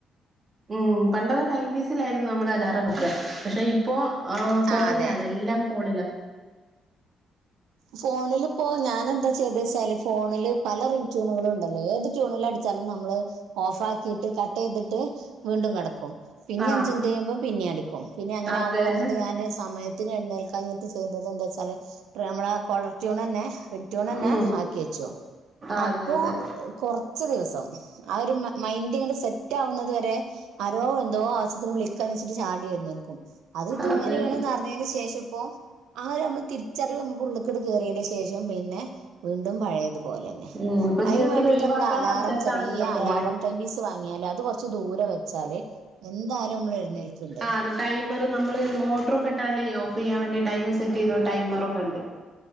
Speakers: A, on the right; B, on the right.
A: ഉം പണ്ടൊകെ ടൈം പീസിലായിരുന്നു നമ്മള് അലാറം വെക്കാ പക്ഷെ ഇപ്പോ ഏഹ് ഫോണിലാണ്
B: ആഹ് അതെ
A: എല്ലാം ഫോണില
B: ഫോണിലിപ്പോ ഞാൻ എന്താ ചെയ്തേച്ചാല് ഫോണില് പല റിംങ് ട്യൂണുകളും ഉണ്ടല്ലോ ഏത് ടൂണിലാ എടു <unintelligible> നമ്മള് ഓഫാക്കീട്ട് കട്ട് ചെയ്തിട്ട് വീണ്ടും കെടക്കും. പിന്നേം
A: ആഹ്
B: അഞ്ച് മിനിറ്റ് കഴിയുമ്പോ പിന്നേം അടിക്കും പിന്നെ അങ്ങനെ
A: അതെ
B: ആവുമ്പോ എന്നിട്ട് ഞാന് സമയത്തിന് എഴുന്നേൽക്കാൻ നേരത്ത് ചെയ്ത <unintelligible> എന്ത് വെച്ചാല് നമ്മള് ആ കോളർ ട്യൂണ് തന്നെ റിംങ് ട്യൂണന്നെ
A: ഉം
B: ആക്കി വെച്ചു.
A: അതെ
B: അപ്പോ
A: അതെ
B: കൊറച്ച് ദിവസം ആ ഒരു മ മൈയിന്റിങ്ങനെ സെറ്റ് ആവുന്നത് വരെ ആരോ എന്തോ <unintelligible> ആവശ്യത്തിന് വിളിക്കാന്ന് വെച്ചിട്ട് ചാടി എഴുന്നേക്കും. അത് ഇത്
A: അതെ
B: ഇങ്ങനെയേണ് എന്നു അറിഞ്ഞേനു ശേഷം ഇപ്പോ ആഹ് ഒരു അമ്മള് തിരിച്ചറിവേ അമ്മക്കുള്ളൂ <unintelligible> കേറിയേന്റെ ശേഷം പിന്നെ വീണ്ടും പഴയതു പോലന്നെ
A: ഉം ഇപ്പൊ
B: അതിന്
A: ജീവിതത്തിൽ
B: വേണ്ടീട്ട്
A: ഒഴിവാക്കാൻ
B: നമ്മള് അലാറം
A: പറ്റാത്താണല്ലോ
B: ചെറിയ
A: ഫോണ്
B: അലാറം ടൈം പീസ് വാങ്ങിയാല് അത് കൊറച്ച് ദൂരെ വെച്ചാല് എന്തായാലും നമ്മള് എഴുന്നേൽക്ക്ണ്ട്.
A: ആഹ് അത് ടൈമ് <unintelligible> നമ്മള് മോട്ടറൊക്കെ ഇട്ടാല് ഓഫ് ചെയ്യാൻ വേണ്ടി ടൈമ് സെറ്റ് ചെയ്തോ ടൈമർ ഒക്കെ ഇണ്ട്.